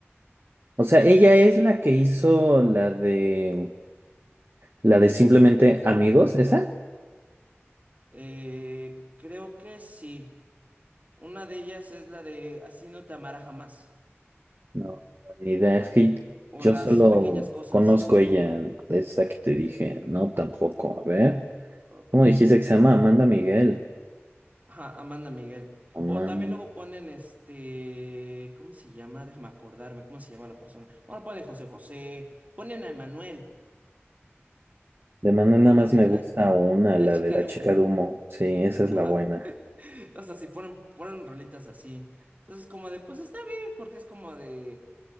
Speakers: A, on the right; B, on the right.
A: O sea,
B: O sea,
A: ella
B: es que sí.
A: es la que hizo la de... La de simplemente amigos, ¿esa?
B: eh, creo que sí. Una de ellas es la de Así no te amará jamás.
A: No, ni idea, es que
B: O
A: yo
B: las
A: solo
B: pequeñas cosas.
A: conozco ella, esa que te dije, no tampoco, a ver,
B: Ok.
A: ¿cómo dijiste que se llama Amanda Miguel?
B: Ajá, Amanda Miguel.
A: Aman-
B: O también luego ponen este, ¿cómo se llama? Déjame acordarme, ¿cómo se llama la persona? Bueno, ponen José José, ponen a Emanuel,
A: De Amanda
B: como
A: nada
B: la
A: más
B: de
A: me
B: la,
A: gusta una,
B: la
A: la
B: chica
A: de la
B: de
A: chica
B: humo.
A: de humo, sí, esa es
B: Ajá.
A: la buena.
B: <laughs> O sea, si ponen, ponen rolitas así. Entonces, como de, pues está bien, porque es como de,